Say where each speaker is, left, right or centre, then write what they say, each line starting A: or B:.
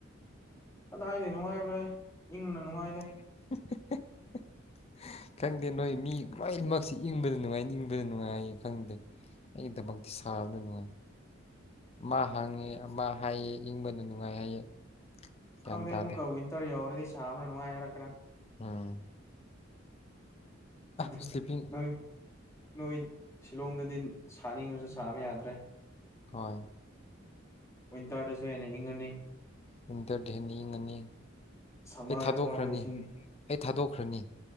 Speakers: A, on the left (about 15°); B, on the left (about 30°).
A: ꯀꯗꯥꯏꯗꯤ ꯅꯨꯡꯉꯥꯏꯕ꯭ꯔꯦ ꯏꯪꯕꯅ ꯅꯨꯡꯉꯥꯏꯗꯦ
B: <unintelligible> ꯈꯪꯗꯦ ꯅꯣꯏ ꯃꯤ ꯂ ꯂꯣꯏꯅꯃꯛꯁꯤ ꯏꯪꯕꯗ ꯅꯨꯡꯉꯥꯏ ꯏꯪꯕꯗ ꯅꯨꯡꯉꯥꯏꯌꯦ ꯈꯪꯗꯦ ꯑꯩꯒꯤꯗꯃꯛꯇꯤ ꯁꯥꯕꯅ ꯅꯨꯡꯉꯥꯏ ꯃꯥ ꯍꯪꯉꯦ ꯃꯥ ꯍꯥꯏꯌꯦ ꯏꯪꯕꯅ ꯅꯨꯡꯉꯥꯏ ꯍꯥꯏꯌꯦ ꯒ꯭ꯌꯥꯟ
A: ꯈꯪꯗꯦ
B: ꯇꯥꯗꯦ
A: ꯑꯃꯨꯛꯀ ꯋꯤꯟꯇꯔ ꯌꯥꯎꯔꯗꯤ ꯁꯥꯕꯅ ꯅꯨꯡꯉꯥꯏ ꯍꯥꯏꯔꯛꯀ꯭ꯔꯥ
B: ꯎꯝ ꯑ
A: ꯑꯗꯨ
B: ꯁ꯭ꯂꯤꯞꯄꯤꯡ
A: ꯅꯣꯏ ꯅꯣꯏ ꯁꯤꯂꯣꯡꯗꯗꯤ ꯁꯥꯅꯤꯡꯉꯁꯨ ꯁꯥꯕ ꯌꯥꯗ꯭ꯔꯦ
B: ꯍꯣꯏ
A: ꯋꯤꯟꯇꯔꯗꯁꯨ ꯍꯦꯟꯅ ꯏꯪꯉꯅꯤ
B: ꯋꯤꯟꯇꯔꯗꯦ ꯍꯦꯟꯅ ꯏꯪꯉꯅꯤ
A: ꯁꯝꯃꯔꯗ
B: ꯑꯩ ꯊꯥꯗꯣꯛꯈ꯭ꯔꯅꯤ
A: ꯐꯥꯎꯕ ꯏꯁꯤꯡ
B: ꯑꯩ ꯊꯥꯗꯣꯛꯈ꯭ꯔꯅꯤ